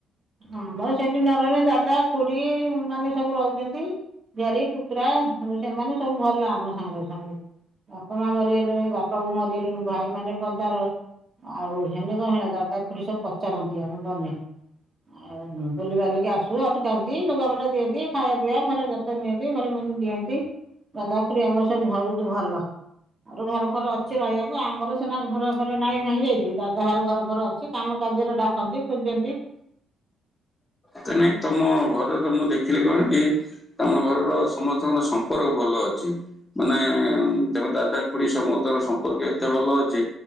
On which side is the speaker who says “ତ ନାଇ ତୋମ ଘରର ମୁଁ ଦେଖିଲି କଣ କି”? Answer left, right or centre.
Left